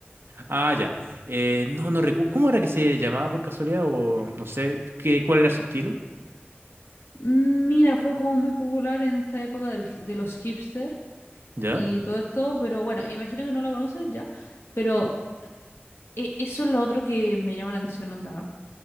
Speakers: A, on the right; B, on the left.
A: Ah, ya. Eh, no, no recuerdo. ¿Cómo era que se llamaba por casualidad? O no sé, qué, ¿cuál era su estilo?
B: Mm, Mira, fue como muy popular en esta época del hi- de los hipster.
A: ¿Ya?
B: y todo esto, pero bueno, imagino que no la conoces ya, pero e- eso es lo otro que me llama la atención, onda.